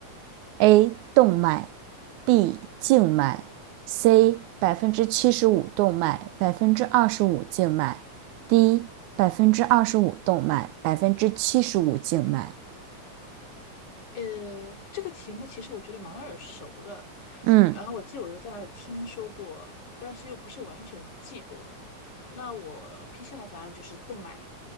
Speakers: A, on the right (about 80°); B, on the left (about 75°).
A: A 动脉，B 静脉，C 百分之七十五动脉，百分之二十五静脉，D 百分之二十五动脉，百分之七十五静脉。
B: 呃，这个题目其实我觉得蛮耳熟的，
A: 嗯，
B: 然后我记得我又在哪里听说过，但是又不是完全记得。那我批下的答案就是动脉，